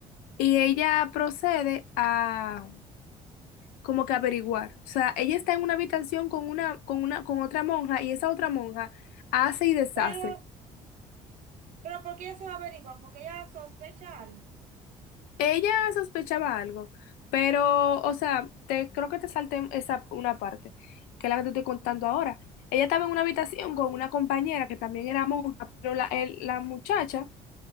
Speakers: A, on the left (about 80°); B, on the right (about 65°).
A: y ella procede a como que averiguar. O sea, ella está en una habitación con una, con una, con otra monja y esa otra monja hace y deshace.
B: Pero, pero ¿por qué ella se va a averiguar? Porque ella sospecha algo.
A: Ella sospechaba algo, pero, o sea, te, creo que te salté esa una parte, que es la que te estoy contando ahora. Ella estaba en una habitación con una compañera que también era monja, pero la, el- la muchacha